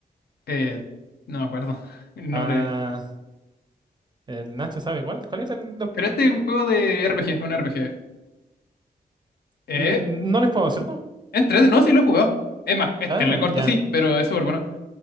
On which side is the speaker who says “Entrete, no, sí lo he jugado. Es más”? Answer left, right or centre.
Left